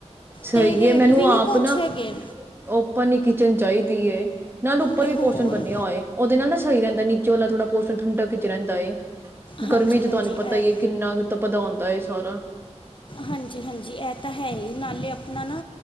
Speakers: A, on the right (about 20°); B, on the left (about 45°).
A: ਸਈ
B: ਤੇ ਰੇਟ
A: ਏ ਮੈਨੂੰ
B: ਵੀ ਨਹੀਂ
A: ਆਪ
B: ਕੁਛ
A: ਨਾ,
B: ਹੈਗੇ
A: ਓਪਨ ਈ ਕਿਚਨ ਚਾਈਦ ਦੀਏ। ਨਾਲ ਉੱਪਰ
B: ਤੇ
A: ਵੀ
B: ਹੋਰ
A: ਪੋਸ਼ਨ ਬੰਨਿਆ ਓਐ, ਓਦੇ ਨਾਲ ਨਾ ਸਈ ਰੈੰਦੈ ਨੀਚ ਨੀਚੇ ਵਾਲਾ ਥੋੜ੍ਹਾ ਪੋਸ਼ਣ ਠੰਡਕ ਚ ਰੈੰਦਾ ਏ।
B: ਹਾਂਜੀ
A: ਗਰਮੀ ਚ
B: ਹਾਂਜੀ
A: ਤੁਆਨੂੰ
B: ਇਹ
A: ਪਤਾ ਈ ਏ ਕਿੰਨਾ ਕ ਤੱਪਦਾ ਹੁੰਦਾ ਏ ਸਾਰਾ।
B: ਹਾਂਜੀ ਹਾਂਜੀ ਇਹ ਤਾਂ ਹੈ ਹੀ ਨਾਲੇ ਅਪਣਾ ਨਾ,